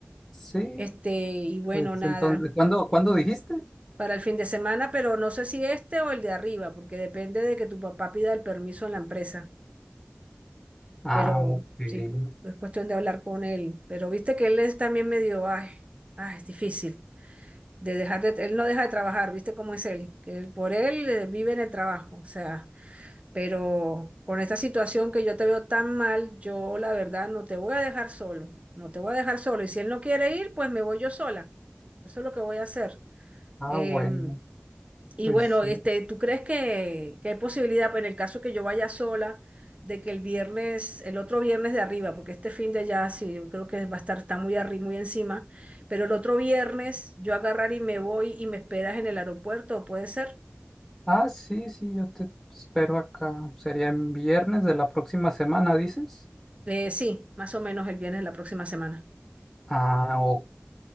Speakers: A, in the centre; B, on the right (about 30°).
A: Sí,
B: Este, y bueno,
A: pues
B: nada.
A: entonces, ¿cuándo, cuándo dijiste?
B: para el fin de semana, pero no sé si este o el de arriba, porque depende de que tu papá pida el permiso en la empresa.
A: Ah,
B: Pero
A: ok.
B: sí, es cuestión de hablar con él. Pero viste que él es también medio, ay, ay, es difícil de dejar de, él no deja de trabajar, viste cómo es él, que él- por él eh, vive en el trabajo, o sea, pero con esta situación que yo te veo tan mal, yo la verdad no te voy a dejar solo, no te voy a dejar solo. Y si él no quiere ir, pues me voy yo sola. Eso es lo que voy a hacer.
A: Ah,
B: Em,
A: bueno,
B: Y
A: pues
B: bueno,
A: sí.
B: este, ¿tú crees que, que hay posibilidad, pues, en el caso que yo vaya sola, de que el viernes, el otro viernes de arriba, porque este fin de ya sí, yo creo que va a estar, está muy arriba, muy encima, pero el otro viernes yo agarrar y me voy y me esperas en el aeropuerto, ¿puede ser?
A: Ah, sí, sí, yo te espero acá. Sería en viernes de la próxima semana, ¿dices?
B: Eh, sí, más o menos el viernes de la próxima semana.
A: Ah, ok.